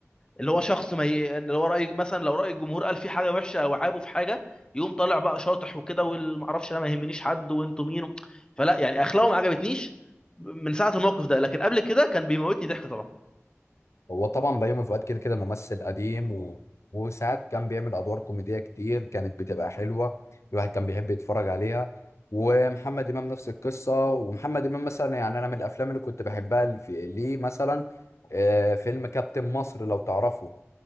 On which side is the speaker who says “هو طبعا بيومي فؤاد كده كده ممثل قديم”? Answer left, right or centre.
Left